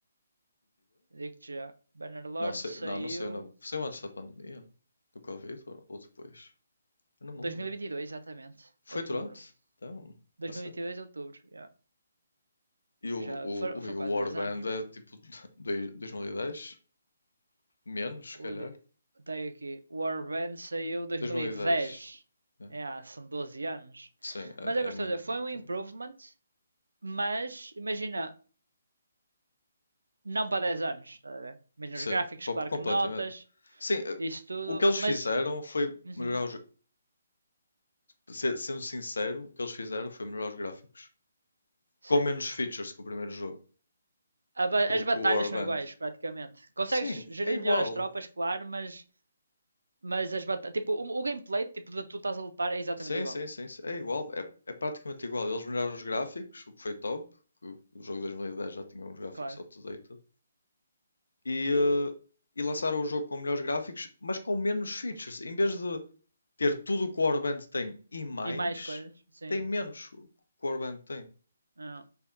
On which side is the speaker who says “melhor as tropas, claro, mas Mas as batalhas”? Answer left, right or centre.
Right